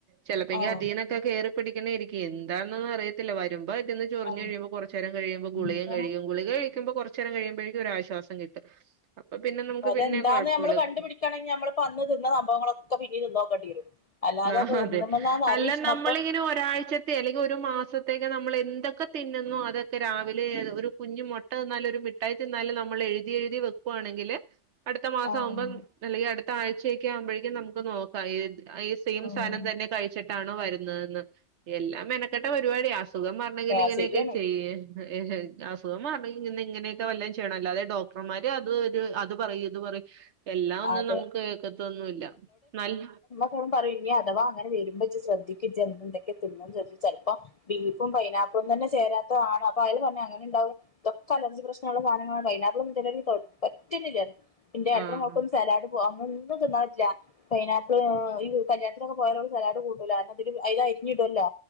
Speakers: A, on the right; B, on the left.
A: ചിലപ്പോെങ്കി
B: ആഹ്
A: അധീന്നെക്കെ കയറിപ്പിടിക്കണേ ഇരിക്കും എന്താന്നന്നും അറിയത്തില്ല വരുമ്പോ അതിന് ചെറിഞ്ഞെഴിയുമ്പം
B: ആഹ്
A: കൊറച്ച് നേരം കഴിയുമ്പോ ഗുളിക
B: അപ്പൊ
A: കഴിക്കും. ഗുളിക കഴിക്ക്മ്പോ കൊറച്ച് നേരം കഴിയുമ്പോഴേക്കും ഒരാശ്വാ ശ്വാസം കിട്ടും അപ്പൊ പിന്നെ നമുക്ക്
B: അതെന്താന്ന്
A: പിന്നെ കുഴപ്പമില്ല
B: നമ്മള് കണ്ടുപിടിക്കാണെങ്കിൽ നമ്മളി അന്ന് തിന്ന സംഭവങ്ങളൊക്കെ പിന്നീ തിന്നോക്കേണ്ടി വരും. അല്ലാതെ
A: ആഹ്
B: ഇപ്പൊ
A: അതെ
B: എന്തുമ്മന്നാന്ന് അറിയില്ല
A: അല്ല നമ്മളിങ്ങനെ
B: അപ്പൊ
A: ഒരാഴ്ച ത്തേക്ക് അല്ലെങ്കിൽ ഒരു മാസത്തേക്ക് നമ്മൾ എന്തൊക്കെ തിന്നുന്നു അതൊക്കെ രാവിലെ ഒരു കുഞ്ഞ് മുട്ട ട്ട തിന്നാലും ഒരു മിഠായി തിന്നാലും നമ്മൾ എഴുതി എഴുതി വെക്കുവാണെങ്കില് അടുത്ത മാസം
B: ആഹ്
A: ആകുമ്പം അല്ലെങ്കിൽ അടുത്ത ആഴ്ചയൊക്കെ ആവുമ്പോഴേക്കും നമുക്ക് നോക്കാം ഏത് സെയിം
B: ആഹ്
A: സാധനം തന്നെ കഴിച്ചിട്ടാണോ വരുന്നതെന്ന്? എല്ലാം മെനക്കെട്ട പരുപാടിയ അസുഖം മാറണെങ്കിൽ
B: ആഹ്
A: ഇങ്ങനെയൊക്കെ
B: ശരിയാണ്
A: ചെയ്യേ ഏഹ് അസുഖം മാറാണെങ്കി ഇങ്ങനെ ഇങ്ങനെയൊക്കെ വല്ലോം ചെയ്യണം. അല്ലാതെ ഡോക്ടർമാര് അത് ഇത് അത് പറയും ഇത് പറയും. എല്ലാം ഒന്നും
B: അത്
A: നമുക്ക് കേക്കത്തൊന്നുല്ല നല്ല
B: എ പറയും ഇനി അഥവാ അങ്ങനെ വരുമ്പോ ഇജ് ശ്രദ്ധിക്ക് ഇജ് എന്തൊക്കെ തിന്നന്ന് ചോദിച് ചെലപ്പോം. ബീഫും പൈനാപ്പിളും തന്നെ ചേരാത്തതാണ് അപ്പൊ അതില് പറഞ്ഞ അങ്ങനെ ഉണ്ടാവും. ഇതൊക്കെ അലർജി പ്രശ്നമുള്ള സാധനങ്ങളാണ് പൈനാപ്പളും ചെലപ്പം <unintelligible> പറ്റുന്നല്ലായിരുന്നു.
A: ആഹ്
B: ട്ടും സലാഡ് പോക അങ്ങൊന്നും തിന്നാൻ പറ്റില്ല. പൈനാപ്പിള് ഈ കല്യാണത്തിലൊക്കെ പോയാലുള്ള സലാഡ് കൂട്ടൂലാകാരണം ഇതില് അയില് അരിഞ്ഞിടുല്ലോ.